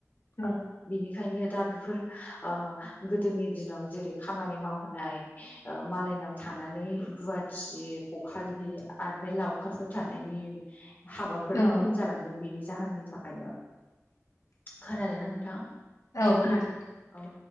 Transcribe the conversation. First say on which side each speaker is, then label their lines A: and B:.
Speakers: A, on the left (about 80°); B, on the left (about 35°).
A: अ
B: बिनिखायनो दा बिफोर ओ गोदोनि दिनाव जेरै खामानि मावहोनाय ओ मालायनाव थानानै रुवाथि बखालि आमफ्राय लावखार फोर थानायनि हाबाफोरा
A: औ
B: खम जालांदों बेनि जाहोननि थाखायनो खोनादोना नोंथाङा?
A: औ खोनादों नोंथां ‌।
B: औ